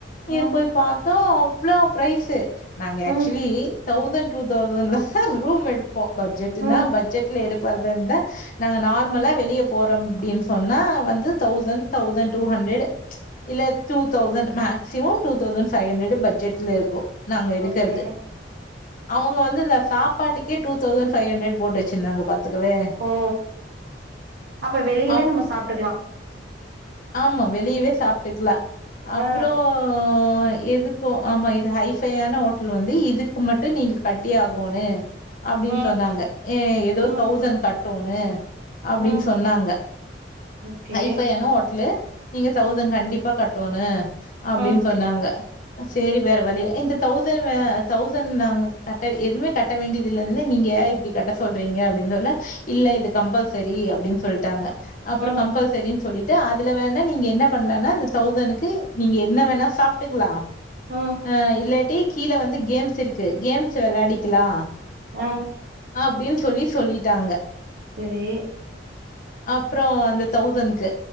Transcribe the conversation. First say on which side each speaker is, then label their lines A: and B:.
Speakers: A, on the right (about 60°); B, on the left (about 50°).
A: ம்
B: ஏ போய் பாத்தா அவ்ளா பிரைஸு நாங்க
A: ம்
B: ஆக்சுலி தௌசண்ட் டூ தௌசண்ட்லாதா ரூம் எடுப்போ பட்ஜெட்டுனா
A: ம்
B: பட்ஜெட்ல எடுக் போறதா இருந்தா நாங்க நார்மலா வெளிய போறோம் அப்டின் சொன்னா வந்து thousand thousand two hundred இல்ல two thousand maximum two thousand five hundred பட்ஜெட்ல இருக்கு நாங்க எடுக்கற்து
A: ஓகே
B: அவங்க வந்து ந்த சாப்பாட்டுக்கே டூ தௌசண்ட் ஃபைவ் ஹண்ட்ரட் போட்டு வச்சிர்ந்தாங்க பாத்துக்கவே
A: ஓ அப்ப வெளியவே
B: அப்
A: நம்ம சாப்ட்டுக்கலா
B: ஆமா வெளியவே சாப்டுக் க்லா அப்றோ
A: ஆ
B: அ எதுக்கு ஆமா இது ஹைபையான ஹோட்லு வந்து இதுக்கு மட்டு நீங்க கட்டி ஆகோனு அப்டின்
A: ம்
B: சொன்னாங்க ஏ எதோ
A: ம்
B: தௌசண்ட் கட்டூனு அப்டின்
A: ம்
B: சொன்னாங்க
A: ஓகே
B: ஹைஃபையான ஹோட்லு நீங்க தௌசண்ட் கண்டிப் பா கட்டோனு அப்டின்
A: ம்
B: சொன்னாங்க சேரி வேற வழி இந்த தௌசண் அ தௌசண் நாங்க கட்ட வே எதுமே கட்ட வேண்டியதில்லன்னு நீ நீங்க ஏ இப்டி கட்ட சொல்றீங்க அப்டின் சொன்னா இல்ல இது கம்பல்சரி அப்டின் சொல்ட்டாங்க. அப்பறோ
A: ம்
B: கம்பல்சரின் சொல்லிட்டு அதுல வேணா நீங்க என்ன பண்லானா தௌசனுக்கு நீங்க என்ன வேணா சாப்டுக்கலா
A: ம்
B: அ இல்லாட்டி கீழ வந்து கேம்ஸிருக்கு கேம்ஸ் வெளாடிக்கலா
A: அ
B: அப்டின் சொல்லி சொல்லிட்டாங்க.
A: செரி
B: அப்றோ அந்த தௌசண்க்கு